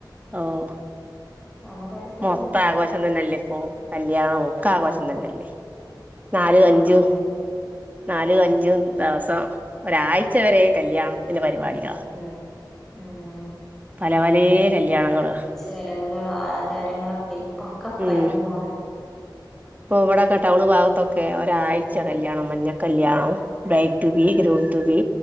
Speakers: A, on the right (about 20°); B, in the centre.
A: ആഹ്
B: പലതരത്തിലുണ്ട്
A: മൊത്താഘോഷ ഷം തന്നല്ലേപ്പോ കല്യാണം ഒക്കാഘോശം
B: ആഹ്
A: തന്നെല്ലേ നാല്
B: ഒക്കെ
A: അഞ്ചു
B: ആഘോഷം തന്നെ
A: നാല് അഞ്ചും ദെവസം ഒരാഴ്ച വരെ കല്യാണത്തിന്റെ പരിപാടികളാ
B: ഉം ഉം
A: പല പലേ കല്യാണങ്ങളൊ
B: ചെലവുകള് ആചാരങ്ങളൊക്കെനിയിപ്പോക്കെ
A: ഉം
B: കഴിഞ് പോണ്
A: ഇപ്പൊ ഇവടെക്കെ ടൗൺ ഭാഗത്തൊക്കെ ഒരാഴ്ച കല്യാണം മഞ്ഞ കല്യാണം ബ്രായ് റ്റു ബി
B: ഉം
A: groom to be